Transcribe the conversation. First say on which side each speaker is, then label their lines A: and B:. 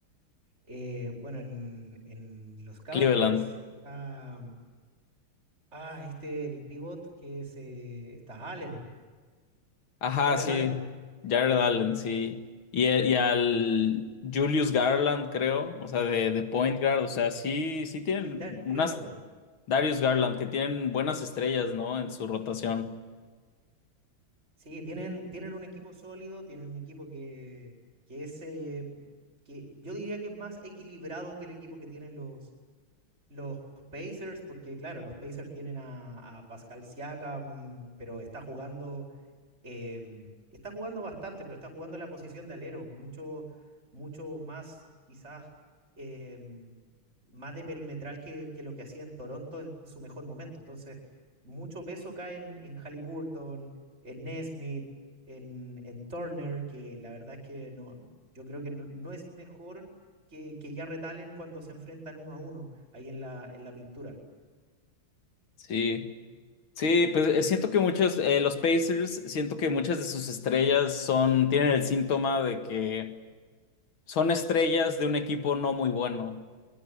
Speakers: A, on the right; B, on the left.
A: Eh, bueno, en, en los Cavaliers,
B: Cleveland.
A: ah, ah, este, el pivot que se está Allen,
B: Ajá,
A: Jarrett
B: sí.
A: Allen.
B: Jared Allen, sí. Y, eh, y al Julius Garland, creo, o sea, de, de point guard, o sea, sí, sí tienen
A: Sí, Darius
B: unas
A: Garland.
B: Darius Garland que tienen buenas estrellas, ¿no? En su rotación.
A: Sí, tienen, tienen un equipo sólido, tienen un equipo que, que es, eh, que yo diría que es más equilibrado que el equipo que tienen los, los Pacers, porque claro, los Pacers tienen a, a Pascal Siakam, pero está jugando, eh, está jugando bastante, pero está jugando en la posición de alero, mucho, mucho más quizás eh, más de perimetral que, que, lo que hacía en Toronto en su mejor momento. Entonces, mucho peso cae en, en Halliburton, en Nesmith, en, en Turner, que la verdad es que no, yo creo que no, no es mejor que, que ya retalen cuando se enfrentan uno a uno ahí en la, en la pintura,
B: Sí. Sí, pues eh, siento que muchos, eh, los Pacers, siento que muchas de sus estrellas son, tienen el síntoma de que son estrellas de un equipo no muy bueno.